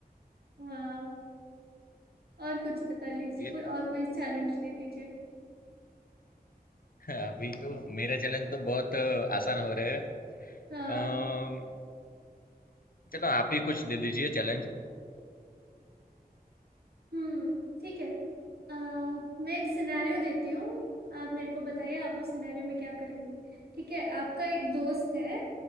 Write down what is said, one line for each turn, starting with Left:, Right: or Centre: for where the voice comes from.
Right: हाँ और कुछ पता लीजिए
Left: तो ये
Right: कोई और कोई चैलेंज दे दीजिए
Left: अभी तो मेरे चैलेंज तो बहुत अ, आसान हो रहे हैं
Right: हाँ
Left: अम, चलो आप ही कुछ दे दीजिए चैलेंज
Right: हम्म ठीक है अ, मैं एक सिनेरियो देती हूँ आप मेरे को बताइए आप उस सिनेरियो में क्या करेंगे ठीक है आपका एक दोस्त है